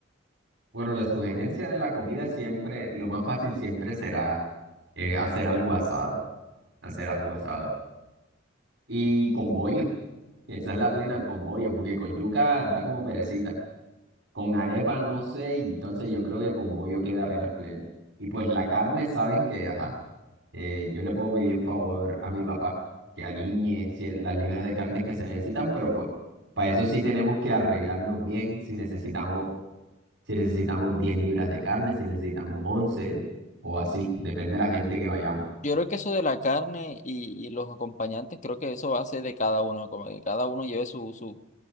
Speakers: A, on the right; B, on the left.
A: Bueno, la sugerencia de la comida siempre, lo más fácil siempre será eh, hacer algo asado, hacer algo asado. Y con bollo, esa es la plena con bollo, porque con yuca da como perecita. Con arepa no sé, entonces yo creo que con pollo queda apenas pleno. Y pues la carne, saben que, ajá, eh, yo le puedo pedir en favor a mi papá que aliñe si- las libras de carne que se necesitan, pero pues para eso sí tenemos que arreglarnos bien si necesitamos, si necesitamos 10 libras de carne, si necesitamos 11 o así, depende de la gente que vayamos.
B: Yo creo que eso de la carne y, y los acompañantes, creo que eso va a ser de cada uno, como que cada uno lleve su, su